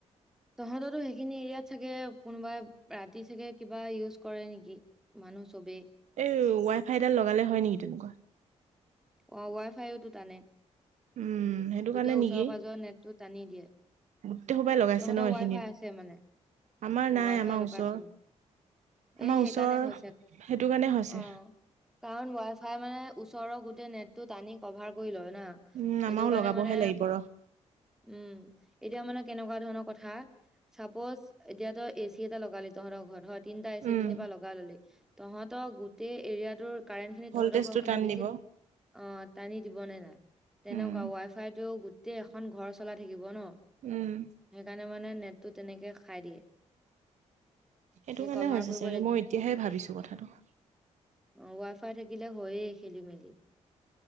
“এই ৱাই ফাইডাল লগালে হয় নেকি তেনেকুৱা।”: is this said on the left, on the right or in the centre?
Right